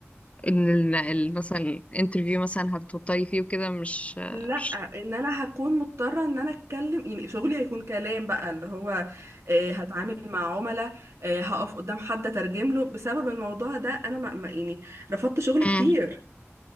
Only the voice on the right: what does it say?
لا
ان انا هكون مضطره ان انا اتكلم يعني شغلي هيكون كلام بقى اللي هو آه، هتعامل مع عملاء آه، هقف قدام حد اترجم له بسبب الموضوع ده انا ما ما- يعني رفضت شغل
كتير